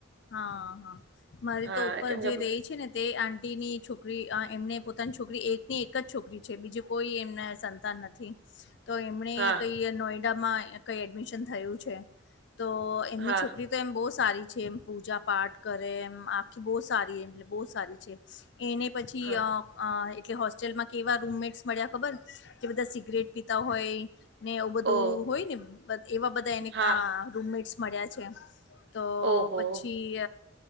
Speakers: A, on the left; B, on the right.
A: હા હા મારી
B: હા,
A: તો ઉપર
B: કેમ કે
A: જે રેય છે, ને તે આટીની છોકરી અ એમને પોતાની છોકરી એકની એક જ છોકરી છે, બીજે કોઈ એમના સંતાન ન થી તો એમણે
B: હા
A: કઈ નોઈડામાં કઈ એડમિશન થયું છે, તો એમની
B: હા
A: છોકરી તો એમ બો સારી છે, એમ પૂજા પાઠ કરે એમ આખી બો સારી એમ બો સારી છે. એને પછી
B: હા
A: અ અ એટલે હોસ્ટેલમાં કેવા રૂમમેટ્સ મળ્યા ખબર કે બધા સિગરેટ પીતા હોય ને એ બધું
B: ઓ
A: હોય ને એવા બધા એને
B: હા
A: આ રૂમમેટ્સ મળ્યા છે. તો
B: ઓહો
A: પછી